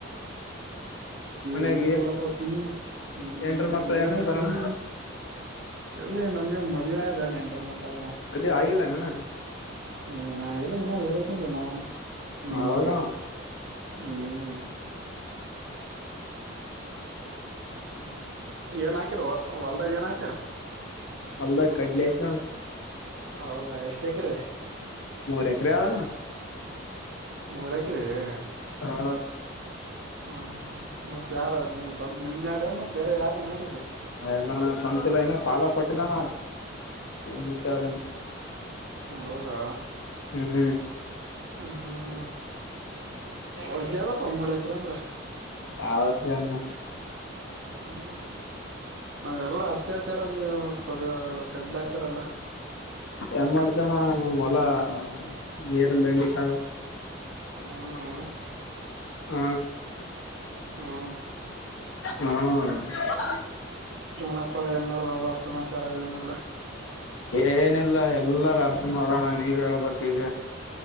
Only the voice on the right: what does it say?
ಏನ ಇಿಲ್ಲ
ನೋಡಪ್ಪ ಸುಮ್ಮ್ನೆ ಹ್ಮ್
ಏನ
ಸುಮ್ಮ್ನೆ ಎಲ್ಲಿ ನಮ್ಗೆ ಮದ್ೆ ಅದ ನೆಂಡರಮ್ಮಕ್ಕಳನತ
ಏ ನೆಲ್ಲ ಇನ್ನು ಓದಕಂದ ನಾವ್ ನೀಮ್ಮಂಗೆ
ಹ್ಮ್ ಏನ್ ಹಾಕಿರ ಹೊಲ್ದಾಗ ಏನ್ ಹಾಕಿರ
ಹೌದಾ ಎಷ್ಟಕ್ರೆ
ಮೂರ ಹ
ಹಾ ಹಾ ಹಾ ಮತ್ತತ್ ಯಾರ ನೀ್ ಸ್ವಂತ ನಿಮ್ದೇ ಅದ ಮತ್ತತ್ ಬೇರೆ ಯಾರ್ದ ಮಾಡಿದ್ದ
ಹೌದಾ
ಹ ಹಾ ಹಾ ವಜಜದಪ್ಪ ಮೂರ್ ಎಕರೆ ಅಂದ್ರ
ಹ್ಮ್ ಎಲ್ಲಾ ಅತ್ಯಾಚಾರ ನೀವು ತಗ ಕಡ್ಲಾಚಾರ ಎಲ್ಲ
ಹ್ಮ್
ಹ್ಮ
ನಪ್ಪಾ ಏನ್ಡಸಾಚಾರ ಇದೇನಲ್ಲ